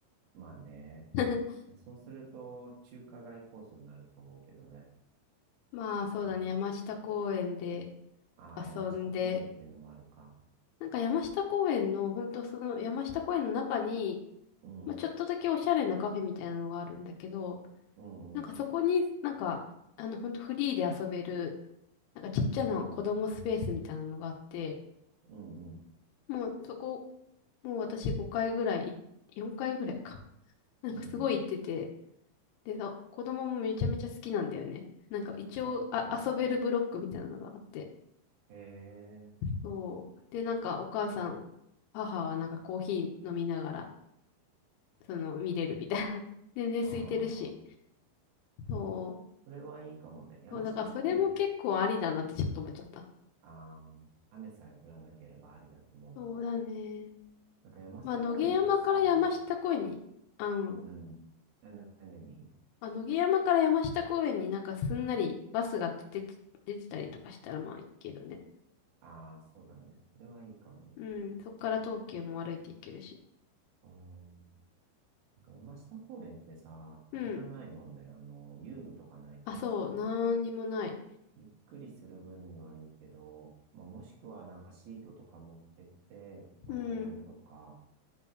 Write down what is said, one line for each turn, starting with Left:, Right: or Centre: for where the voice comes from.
Right: まあね。
Left: <laughs>
Right: そうすると、中華街コースになると思うけどね。
Left: まあそうだね、
Right: うん、
Left: 山下公園で
Right: ああ、
Left: 遊んで、
Right: 山下公園っていうのもあるか。
Left: なんか山下公園の、ほんとその山下公園の中に、
Right: うん、
Left: まあ、ちょっとだけおしゃれなカフェみたいなのがあるんだけど、
Right: うん、
Left: なんかそこになんか、
Right: うん、
Left: あのほんとフリーで遊べる、なんかちっちゃな子供スペースみたいなのがあって、
Right: うん、うん、うん、
Left: もうそこ、もう私5回ぐらいよんかい、4回ぐらいか。なんかすごい行ってて、
Right: うん、うん。
Left: でさ、子供もめちゃめちゃ好きなんだよね。なんか一応あ、
Right: あ、そうなんだ。
Left: 遊べるブロックみたいなのがあって。
Right: へえ、
Left: そう。で、なんかお母さん、母はなんかコーヒー飲みながら、その、見れるみたいな。<laughs> 全然空いてるし。
Right: ああ、
Left: そう。
Right: それはいいかもね。山下公園、
Left: そう、だからそれも結構ありだなってちょっと思っちゃった。
Right: ああ、雨さえ降らなければありだと思うな。
Left: そうだね。
Right: なんか山下公園ってさ、
Left: まあ、野毛山から山下公園に、あの、
Right: うん、な、な、何？
Left: まあ、野毛山から山下公園になんかすんなりバスが出て、出てたりとかしたらまあいいけどね。
Right: ああ、そうだね。それはいいかもね。
Left: うん、そっから東急も歩いていけるし。
Right: うーん。なんか山下公園ってさ、あれがないもんね。
Left: うん。
Right: あの、遊具とかないからさ、
Left: あ、そう、なんにもない。
Right: ゆっくりする分にはいいけど、まあ、もしくはなんかシートとか持ってって、まあ、
Left: うん、
Right: ボールとか、